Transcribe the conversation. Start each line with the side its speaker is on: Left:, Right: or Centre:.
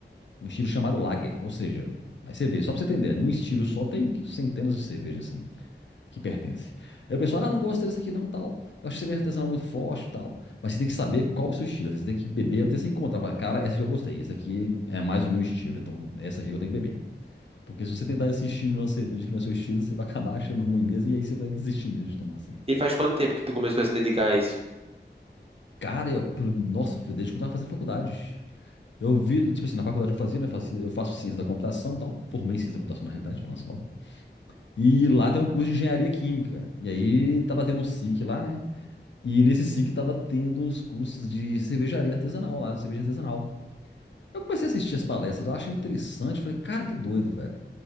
Left: Um estilo chamado lager, ou seja, aí você vê, só pra você entender, num estilo só tem centenas de cervejas assim que pertencem. Aí o pessoal, ah, não gosto desse aqui não, tal. Eu acho que cerveja artesanal muito forte, tal. Mas você tem que saber qual é o seu estilo, você tem que beber até se encontrar. Fala, cara, essa aqui eu gostei, essa aqui é mais o meu estilo, então essa aqui eu tenho que beber. Porque se você tentar assistir numa cerveja que não é seu estilo, você vai acabar achando ruim mesmo e aí você vai desistir mesmo de tomar assim.
Right: E faz quanto tempo que tu começou a se dedicar a isso?
Left: Cara, eu, pro- nossa, desde quando eu tava fazendo faculdade. Eu vi, tipo assim, na faculdade que eu fazia, né? Eu fazia- eu faço ciência da computação e tal. Formei ciência da computação, na realidade, falando assim logo. E lá tem um curso de engenharia química. E aí tava tendo um SIC lá, né? E nesse SIC tava tendo uns cursos de cervejaria artesanal lá, de cerveja artesanal. Eu comecei a assistir as palestras, eu achei interessante, falei, cara, que doido, velho.